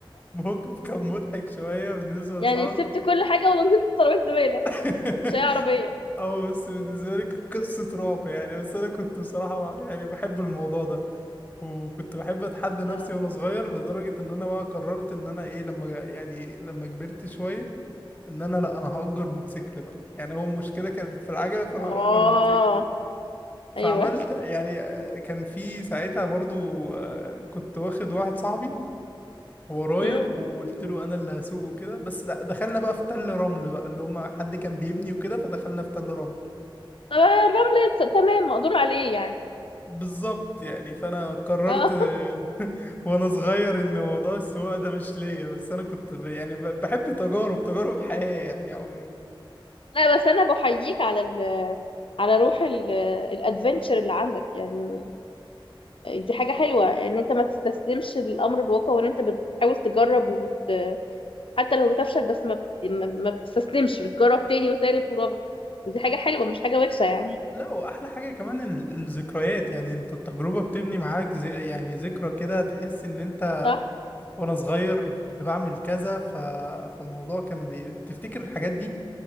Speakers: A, on the left; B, on the left.
A: موقف كان مضحك شوية بالنسبة لأصحابي
B: يعني سبت كل حاجة ونزلت في ترابيزة زبالة
A: <laughs>
B: مش أي عربية
A: اه بس بالنسبة لي كانت قصة رعب يعني بس أنا كنت بصراحة يعني بحب الموضوع ده وكنت بحب أتحدى نفسي
B: اه
A: وأنا صغير لدرجة إن أنا بقى قررت إن أنا إيه لما يعني لما كبرت شوية ان انا لا انا هأجر موتوسيكل بقى يعني هو المشكله كانت في العجله فانا
B: آه،
A: هأجر موتوسيكل فعملت
B: ايوه
A: يعني آه، كان في ساعتها برضو آه، كنت واخد واحد صاحبي ورايا
B: امم
A: وقلت له انا اللي هسوق وكده بس د- دخلنا بقى في تل رمل بقى اللي هما حد كان بيبني وكده فدخلنا في تل رمل
B: طب الرمل ت- تمام مقدور عليه يعني
A: بالظبط يعني فانا قررت
B: اه
A: آه،
B: <laughs>
A: <laughs> وانا صغير ان موضوع السواقه ده مش ليا بس انا كنت ب... يعني ب... بحب تجارب تجارب حياه يعني عموما
B: لا بس انا بحييك على ال على روح ال الادفنتشر اللي عندك يعني دي حاجة حلوة ان انت ما تستسلمش للامر الواقع وان انت بتحاول تجرب وبت... حتى لو بتفشل بس ما, بت... ما ما بتستسلمش بتجرب تاني وتالت ورابع ودي حاجة حلوة مش حاجة وحشة يعني
A: لا واحلى حاجه كمان ال- الذكريات يعني انت التجربه بتبني معاك زي يعني ذكرى كده تحس ان انت
B: صح
A: وانا صغير كنت بعمل كذا ف... فالموضوع كان بي... بتفتكر الحاجات دي